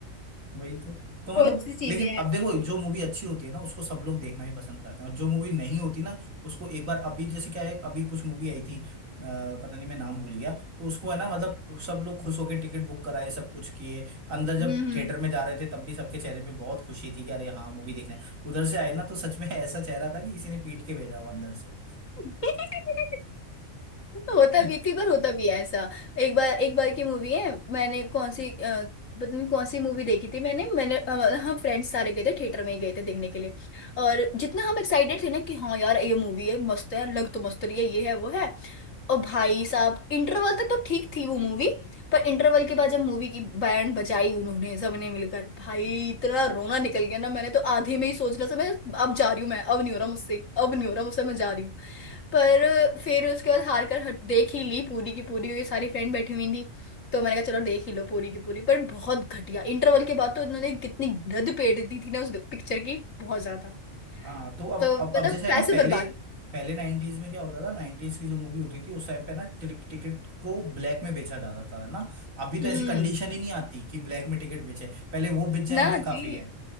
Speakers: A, on the right (about 80°); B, on the left (about 75°).
A: वही तो तो मतलब
B: बहुत सी चीजें
A: लेकिन
B: हैं
A: अब
B: ऐसी
A: देखो जो मूवी अच्छी होती है ना उसको सब लोग देखना भी पसंद करते हैं और जो मूवी नहीं होती ना उसको एक बार अभी जैसे क्या है अभी कुछ मूवी आई थी अ, पता नहीं मैं नाम भूल गया तो उसको है ना मतलब सब लोग खुश होकर टिकट बुक कराए सब कुछ किए अंदर जब
B: हम्म हम्म
A: थिएटर में जा रहे थे तब भी सबके चेहरे पे बहुत खुशी थी कि अरे हाँ मूवी देखने उधर से आए ना तो सच में ऐसा चेहरा था कि किसी ने पीट के भेजा हो अंदर से
B: <laughs> होता
A: <laughs>
B: भी कई बार होता भी है ऐसा एक बार एक बार की मूवी है मैंने कौन सी अ, पता नहीं कौन सी मूवी देखी थी मैंने मैंने अ, हम फ्रेंड्स सारे गए थे थिएटर में ही गए थे देखने के लिए और जितना हम एक्साइटेड थे ना कि हाँ यार ये मूवी है मस्त है लग तो मस्त रही है ये है वो है ओ भाई साहब इंटरवल तक तो ठीक थी वो मूवी पर इंटरवल के बाद जब मूवी की बैंड बजाई उन्होंने सबने मिलकर भाई इतना रोना निकल गया ना मैंने तो आधे में ही सोच रहा था मैं अब जा रही हूँ मैं अब नहीं हो रहा मुझसे अब नहीं हो रहा मुझसे मैं जा रही हूँ पर फिर उसके बाद हार कर हट- देख ही ली पूरी की पूरी क्योंकि सारी फ्रेंड बैठी हुई थी तो मैंने कहा चलो देख ही लो पूरी की पूरी पर बहुत घटिया इंटरवल के बाद तो इन्होंने कितनी गंद पेट दी थी ना उस पिक्चर की बहुत ज्यादा
A: हाँ तो अब
B: तो
A: अब
B: मतलब
A: अब जैसे है
B: पैसे
A: ना पहले
B: बर्बाद
A: पहले नाइनटीज में क्या होता था नाइनटीज की जो मूवी होती थी उस टाइम पे ना टिक, टिकट को ब्लैक में बेचा जाता था ना अभी तो
B: हम्म
A: ऐसी कंडीशन ही नहीं आती कि ब्लैक में टिकट बेचे पहले वो बेच जाए
B: ना
A: वही
B: जी
A: काफी है